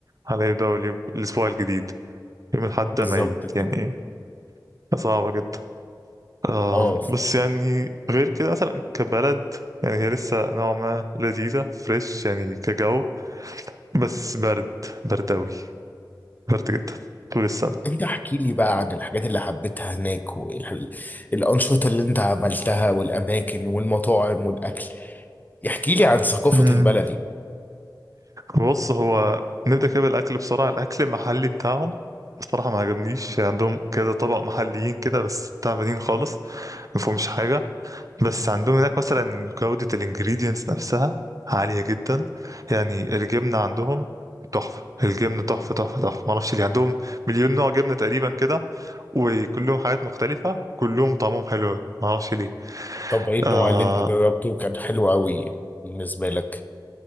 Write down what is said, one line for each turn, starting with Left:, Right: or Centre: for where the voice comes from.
Right: على يبدأ اليوم الأسبوع الجديد يوم الأحد
Left: بالظبط
Right: ده ميت
Left: كده
Right: يعني صعبة جدا آه
Left: اه
Right: بس يعني غير كده مثلا كبلد يعني هي لسه نوعا ما لذيذة فريش يعني كجو بس برد برد أوي برد جدا طول السنة
Left: انت احكي لي بقى عن الحاجات اللي حبيتها هناك والانشطة اللي انت عملتها والاماكن والمطاعم والاكل احكي لي عن ثقافة
Right: مم.
Left: البلد دي
Right: بص هو نبدأ كده بالأكل بسرعة الأكل المحلي بتاعهم الصراحة ما عجبنيش عندهم كده طبق محليين كده بس تعبانين خالص ما فيهمش حاجة بس عندهم هناك مثلا جودة الانجريدينتس نفسها عالية جدا يعني الجبنة عندهم تحفة الجبنة تحفة تحفة تحفة معرفش ليه عندهم مليون نوع جبنة تقريبا كده وكلهم حاجات مختلفة وكلهم طعمهم حلو أوي. معرفش ليه
Left: طب ايه النوع
Right: آه
Left: اللي انت جربته كان حلو قوي يعني بالنسبة لك